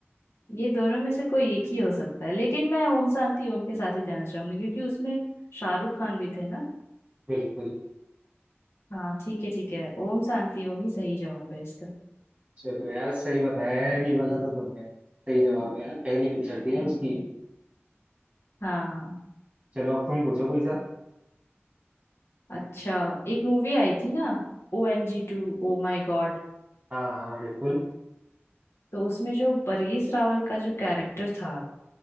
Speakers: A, on the left; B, on the right.
A: ये दोनों में से कोई एक ही हो सकता है लेकिन मैं ओम शांति ओम के साथ ही जाना चाहूंगी क्योंकि उसमें शाहरुख खान भी थे ना
B: बिल्कुल
A: हाँ ठीक है ठीक है ओम शांति ओम ही सही जवाब है इसका
B: चलो यार सही बताया यार ये वाला तो तुमने सही जवाब है यार पहली पिक्चर थी यार उसकी
A: हाँ
B: चलो अब तुम पूछो कोई सा
A: अच्छा एक मूवी आई थी ना ओ एम जी टू O my God
B: हाँ हाँ बिल्कुल
A: तो उसमें जो परेश रावल का जो कैरेक्टर था